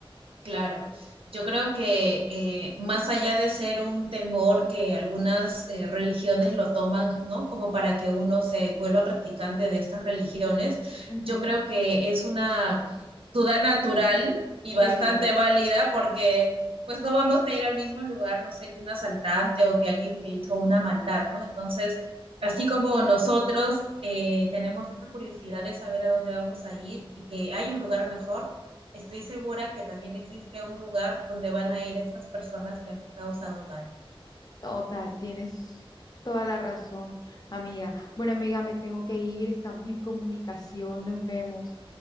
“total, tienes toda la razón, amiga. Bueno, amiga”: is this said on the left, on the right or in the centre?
Left